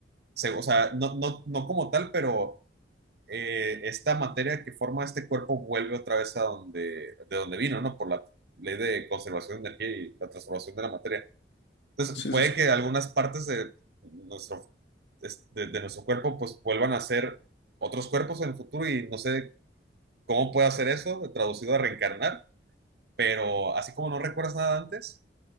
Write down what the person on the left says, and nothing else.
Sí,
sí, sí.